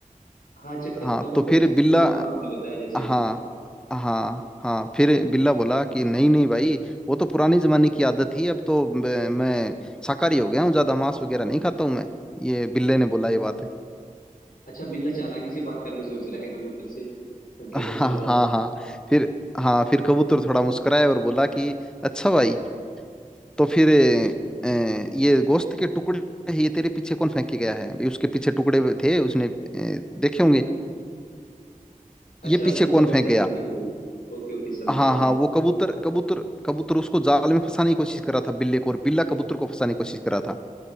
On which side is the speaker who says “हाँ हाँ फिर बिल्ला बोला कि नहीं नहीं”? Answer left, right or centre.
Centre